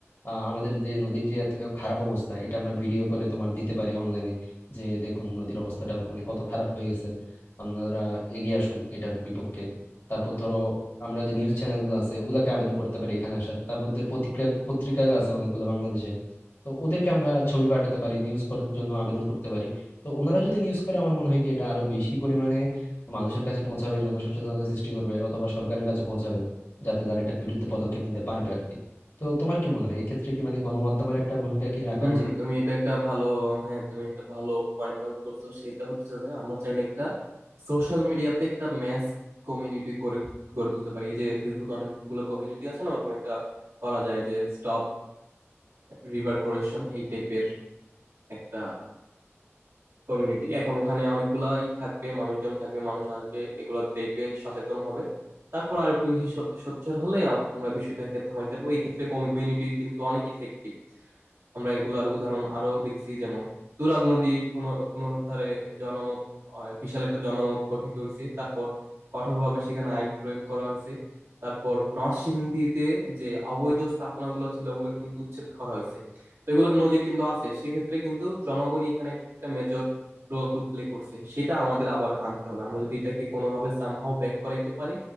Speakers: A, on the left; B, on the right.
A: আহ, আমাদের যে নদীর যে এত খারাপ অবস্থা এটা আমরা ভিডিও করে তোমার দিতে পারি অনলাইনে যে দেখুন নদীর অবস্থাটা মানে কত খারাপ হয়ে গেছে আপনারা এগিয়ে আসুন এটার বিপক্ষে তারপর ধরো আমরা যে নিউজ চ্যানেলগুলো আছে ওগুলাকে আবেদন করতে পারি এখানে আসার তারপর যে পত্রিকা পত্রিকা আছে অনেকগুলো বাংলাদেশে তো ওদেরকে আমরা ছবি পাঠাতে পারি নিউজ করার জন্য আবেদন করতে পারি তো ওনারা যদি নিউজ করে আমার মনে হয় কি এটা আরো বেশি পরিমাণে মানুষের কাছে পৌঁছাবে জনসচেতনতা সৃষ্টি করবে অথবা সরকারের কাছে পৌঁছাবে যাতে তারা এটার বিরুদ্ধে পদক্ষেপ নিতে পারবে আর কি তো তোমার কি মনে হয় এক্ষেত্রে কি মানে গণমাধ্যমের একটা ভূমিকা কি রাখা
B: হুম
A: উচিত
B: তুমি এটা একটা ভালো হ্যাঁ তুমি একটা ভালো পয়েন্ট আউট করছো সেটা হচ্ছে যে আমরা চাইলে একটা সোশ্যাল মিডিয়াতে একটা ম্যাস কমিউনিটি করে গড়ে তুলতে পারি এই যে ফেসবুক অনেকগুলো কমিউনিটি আছে না ওরকম একটা করা যায় যে স্টপ রিভার কোরেশন এই টাইপের একটা কমিউনিটি এখন ওখানে অনেকগুলাই থাকবে মানুষজন থাকবে মানুষ আসবে এগুলো দেখবে সচেতন হবে তারপর আর একটু বেশি স- সোচ্চার হলে আমরা বিষয়টাকে থামাইতে পারবো এই ক্ষেত্রে কমিউনিটি কিন্তু অনেক ইফেক্টিভ আমরা এগুলার উদাহরণ আরো দেখছি যেমন তুরাগ নদী পুন- পুনরুদ্ধারে জনমত আহ, বিশাল একটা জনমত গঠিত হয়েছে তারপর কঠোরভাবে সেখানে আইন প্রয়োগ করা হয়েছে তারপর নরসিংদীতে যে অবৈধ স্থাপনাগুলো ছিল ওগুলো কিন্তু উচ্ছেদ করা হয়েছে তো এগুলোর নজির কিন্তু আছে সেক্ষেত্রে কিন্তু জনগণই এখানে একটা মেজর রোল প্লে করছে সেটা আমাদের আবার আনতে হবে আমরা যদি এটাকে কোনোভাবে সামহাও ব্যাক করাইতে পারি